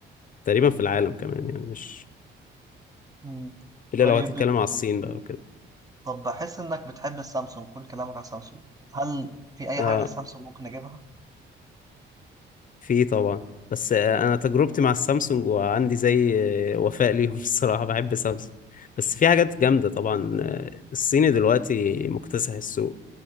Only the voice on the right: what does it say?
مم.
طيب
بت-
طب بحس إنك بتحب السامسونج كل كلامك على سامسونج هل في أي
حاجة غير سامسونج ممكن أجيبها؟